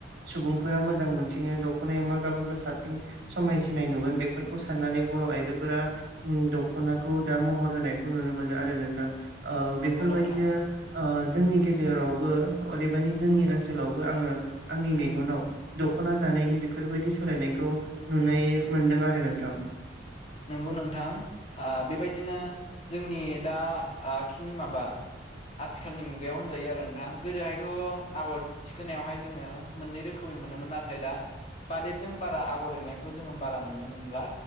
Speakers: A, on the right (about 70°); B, on the left (about 35°).
A: सुबुंफोरा मोजां मोनसिनो दखनायाव मा गाब होबा साबसिन समायसिनाय नुगोन बेफोरखौ साननानै बर' आइजोफोरा उम दख'नाखौ दा महर होनायखौ नुनो मोनो आरो नोंथां। ओ
B: नंगौ
A: बेफोरबायदिनो
B: नोंथां
A: ओ जोंनि गेजेरावबो अदेबानि जोंनि ओनसोलावबो आङो आंनि मेगनाव दखना दानायनि बेफोरबायदि सोलायनायखौ नुनाय मोनदों आरो नोंथां।
B: नंगौ नोंथां ओ बेबायदिनो जोंनि दा ओ खिनि माबा आथिखालनि मुगायाव होनजायो आरो नोंथां गोदोहायथ' आगर थिखोनायावहाय जोङो मोननै रोखोमै मोनोमोन नाथाय दा बालेबजों बारा आगर एरनायखौ जोङो बारा नुनो मोनला।